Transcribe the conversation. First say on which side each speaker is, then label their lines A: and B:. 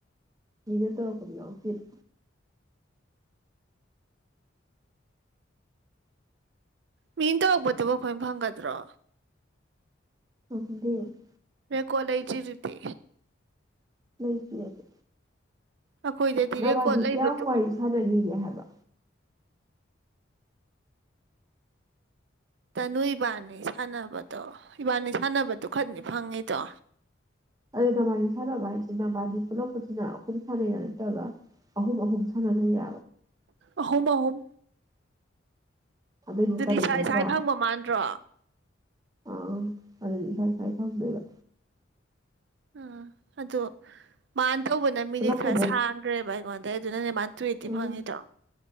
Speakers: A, on the right (about 20°); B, on the right (about 60°).
A: ꯃꯤꯅ ꯇꯧꯔꯛꯄꯗꯣ ꯌꯥꯎꯇꯦꯗ
B: ꯃꯤꯟ ꯇꯧꯔꯛꯄꯗꯨꯕꯨ ꯑꯩꯈꯣꯏ ꯐꯪꯒꯗ꯭ꯔꯣ
A: <unintelligible>
B: ꯔꯦꯀꯣꯔꯗ ꯂꯩꯇ꯭ꯔꯤꯗꯨꯗꯤ
A: ꯂꯩꯇꯦ
B: ꯑꯩꯈꯣꯏꯗꯗꯤ
A: ꯅꯕꯥꯗꯤ
B: ꯔꯦꯀꯣꯔꯠ ꯂꯩꯕꯗꯣ
A: ꯀꯌꯥꯝ ꯋꯥꯔꯤ ꯁꯥꯟꯅꯅꯤꯡꯒꯦ ꯍꯥꯏꯕ
B: ꯇꯅꯨ ꯏꯕꯥꯅꯤ ꯁꯥꯟꯅꯕꯗꯣ ꯏꯕꯥꯅꯤ ꯁꯥꯟꯅꯕꯗꯣ ꯈꯛꯇꯅꯤ ꯐꯪꯉꯤꯗꯣ
A: ꯑꯗꯨꯗꯣ ꯅꯕꯥꯅꯤ ꯁꯥꯟꯅꯕ ꯍꯥꯏꯁꯤ ꯅꯕꯥꯅꯤ ꯄꯨꯜꯂꯛꯄꯁꯤꯅ ꯑꯍꯨꯝ ꯁꯥꯟꯅꯩꯔ ꯅꯠꯇ꯭ꯔꯛ ꯑꯍꯨꯝ ꯑꯍꯨꯝ ꯁꯥꯟꯅꯂꯩꯔꯥ
B: ꯑꯍꯨꯝ ꯑꯍꯨꯝ
A: ꯑꯗꯨꯗꯤ ꯇꯔꯨꯛ
B: ꯏꯁꯥ
A: ꯅꯠꯇ꯭ꯔꯣ
B: ꯏꯁꯥ ꯐꯪꯕ ꯃꯥꯟꯗ꯭ꯔꯣ
A: ꯑꯪ ꯑꯗꯨꯗꯤ ꯏꯁꯥ ꯏꯁꯥꯏ ꯐꯪꯗꯣꯏꯕ
B: ꯑꯥ ꯑꯗꯣ ꯃꯥꯅ ꯇꯧꯕꯅ ꯃꯤꯅꯤꯠ
A: ꯄꯨꯂꯞꯄꯨꯗ
B: ꯈꯔ ꯁꯥꯡꯒ꯭ꯔꯦꯕ ꯑꯩꯉꯣꯟꯗꯩ ꯑꯗꯨꯅꯅꯦ ꯃꯥꯅ ꯇꯨ ꯑꯦꯠꯇꯤ
A: ꯎꯝ
B: ꯐꯪꯉꯤꯗꯣ